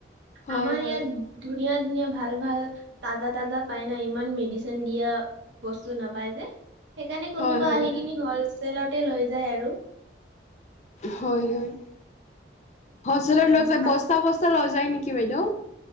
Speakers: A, on the left; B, on the right.
A: হয়
B: আমাৰ
A: হয়
B: ইয়াত ধুনীয়া ধুনীয়া ভাল ভাল তাজা তাজা পাই না। ইমান মেডিচিন দিয়া বস্তু নাপায় যে। সেইকাৰণে
A: হয়
B: কোনোবা
A: হয়
B: আহি
A: বাইদেউ
B: কিনে হলছেলতে লৈ যায় আৰু।
A: হয় হয়। হলছেলত
B: উম
A: লৈ যায়, বস্তা বস্তা লৈ যায় নেকি বাইদেউ?